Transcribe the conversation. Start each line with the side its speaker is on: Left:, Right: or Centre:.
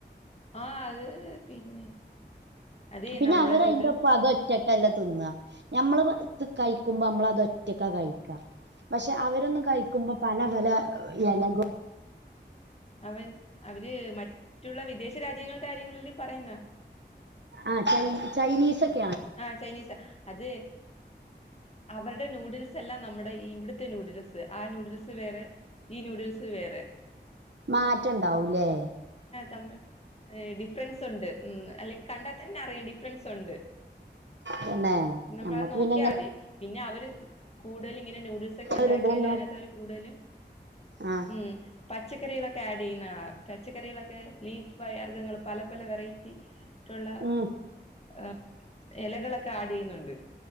Left: ആ അത് പിന്നെ അതെ
Right: പിന്നെ
Left: നമ്മുടെ
Right: അവര്
Left: നൂഡിൽസ്
Right: അയ്ന്റോപ്പം അതും ഒറ്റക്ക് കല്ലത്ത്ന്നാ ഞമ്മള് ബെ ഇത് കയ്ക്കുമ്പോ നമ്മളത് ഒറ്റക്ക കയ്ക്ക പക്ഷെ അവരൊന്നും കഴിക്കുമ്പോ പല പല എലകളും
Left: അവൻ അവര് ര് മറ്റുള്ള വിദേശ രാജ്യങ്ങളുടെ കാര്യങ്ങളില് പറയുന്ന
Right: ആഹ് ചയ്നി ചൈനീസൊക്കെ
Left: ആഹ് ചൈനീസ അത് അവർ ടെ നൂഡിൽസഅല്ല നമ്മടെ ഈ ഇവിടുത്തെ നൂഡിൽസ് ആ നൂഡിൽസ് വേറെ ഈ നൂഡിൽസ് വേറെ
Right: മാറ്റണ്ടാവൂല്ലേ
Left: തമ്മ് ഏ ഡിഫ്രെൻസുണ്ട് മ് അല്ലെങ്ക- കണ്ടാൽ തന്നെ അറിയാം ഡിഫ്രെൻസുണ്ട്
Right: തന്നെ
Left: നമ്മളത്
Right: ഞമ്മക്ക്
Left: നോക്കിയാതി
Right: പിന്നെ ഇങ്ങനെ
Left: പിന്നെ അവര് കൂടുതല് ഇങ്ങനെ നൂടിൽസ് രസൊക്കെ ഉണ്ടാക്കിയാല്
Right: ഒരു ഇതല്ലോ
Left: അയ്നകത്ത് അവര് കൂടുതല്
Right: ആ
Left: മ് പച്ചറികളൊക്കെ ക്കെആടെയ്യുന്ന തച്ചക്കറികളൊക്കെ ലീഫ് പയർ വർഗങ്ങൾ പല പല വെറൈറ്റി റ്റുള്ള
Right: ഉം
Left: അഹ് എലകളൊക്കെ ആടെയ്യുന്നുണ്ട്